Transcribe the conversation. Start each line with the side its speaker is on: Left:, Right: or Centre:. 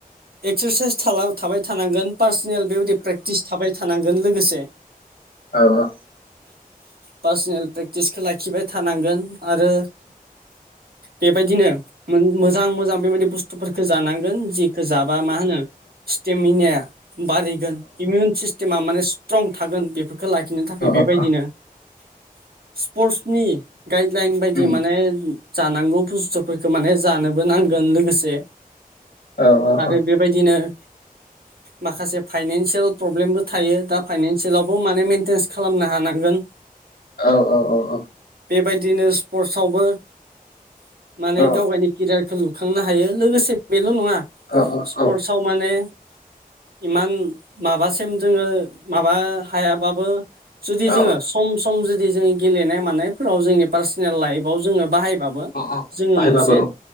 Right: एक्सारसाइस थाला थाबाय थानांगोन पार्सनेल बेबायदि प्रेक्टिस थाबाय थानांगोन लोगोसे
Left: औ-औ
Right: पार्सनेल प्रेक्टिसखौ लाखिबाय थानांगोन आरो बेबायदिनो मोजां मोजां बेबायदि बुस्थुफोरखौ जानांगोन जि जाबा मा होनो स्टेमिनाया बारायगोन इमिउन सिस्टेमा माने स्ट्रं थागोन बेफोरखो लाखिनो थाखाय बेबायदिनो
Left: औ औ
Right: स्पर्टसनि गाइडलाइन बायदि
Left: औ
Right: माने जानांगौ बुस्थुफोरखौ माने जानोबो नांगोन लोगोसे
Left: औ
Right: आरो
Left: औ
Right: बे बेबायदिनो माखासे फाइनेन्सियेल प्रब्लेमबो थायो दा फाइनेन्सियेल आवबो माने मेन्टेन्स खालामनो हानांगोन
Left: औ-औ-औ-औ
Right: बेबायदिनो स्पर्टसआवबो माने
Left: औ
Right: गावगायनि केरियारखौ लु खांनो हायो लोगोसे बेल' नङा
Left: औ
Right: स्पर्टसआव माने इमान माबासिम जोङो माबा हायाबाबो जुदि
Left: औ
Right: जोङो सम सम जुदि जोङो गेलेनाय मानायफोराव जोंनि पार्सनेल लाइफआव जोङो बाहाय बाबो
Left: औ
Right: जोङो
Left: बाहायबाबो
Right: मोनसे
Left: औ